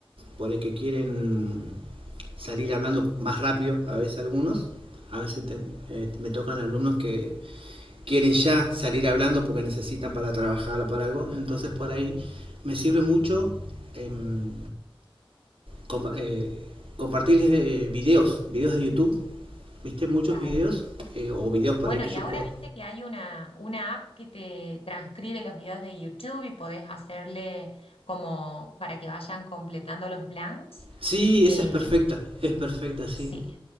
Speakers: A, on the right (about 75°); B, on the left (about 85°).
A: por ahí que quieren salir hablando más rápido, a veces algunos, a veces te- eh, me tocan alumnos que quieren ya salir hablando porque necesitan para trabajar o para algo, entonces por ahí me sirve mucho em, compa- eh, compartirles eh, videos, videos de YouTube ¿Viste muchos
B: Claro.
A: videos? Eh, o videos por
B: Bueno,
A: ahí que
B: y
A: yo
B: ahora
A: puedo.
B: viste que hay una, una app que te transcribe los videos de YouTube y podés hacerle como para que vayan completando los blanks.
A: Sí,
B: Eh,
A: esa es perfecta. Es perfecta, sí.
B: sí,